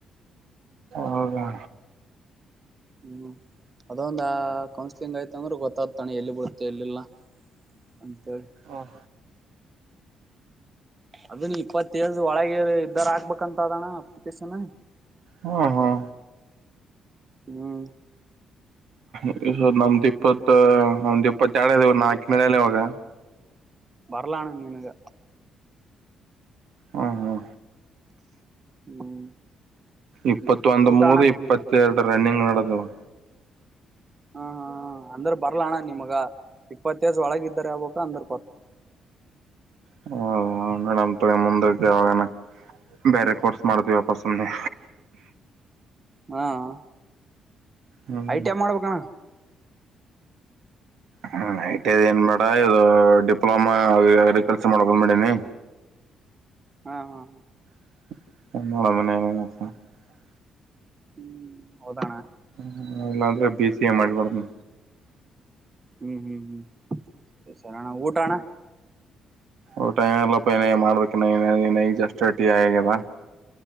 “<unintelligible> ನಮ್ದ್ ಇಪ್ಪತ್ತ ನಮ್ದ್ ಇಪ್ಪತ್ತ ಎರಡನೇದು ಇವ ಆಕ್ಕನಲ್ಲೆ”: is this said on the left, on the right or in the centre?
Right